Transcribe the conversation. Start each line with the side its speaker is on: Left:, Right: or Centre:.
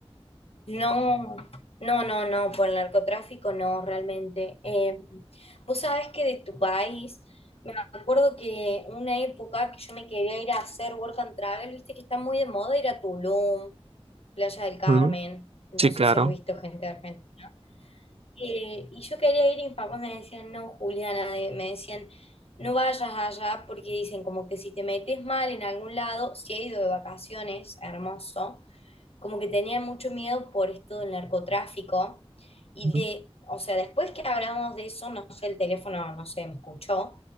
Left: No, no, no, no, por el narcotráfico no, realmente. Eh, vos sabés que de tu país, me acuerdo que una época que yo me quería ir a hacer work and travel, viste que está muy de moda ir a Tulum, Playa del Carmen,
Right: Mm,
Left: no
Right: Sí,
Left: sé
Right: claro.
Left: si has visto gente de Argentina. Eh, y yo quería ir y mis papás me decían, no, Juliana, eh, me decían, no vayas allá porque dicen como que si te metes mal en algún lado, si he ido de vacaciones, hermoso, como que tenía mucho miedo por esto del narcotráfico y
Right: Ujú.
Left: de, o sea, después que hablamos de eso, no sé, el teléfono, no sé, me escuchó,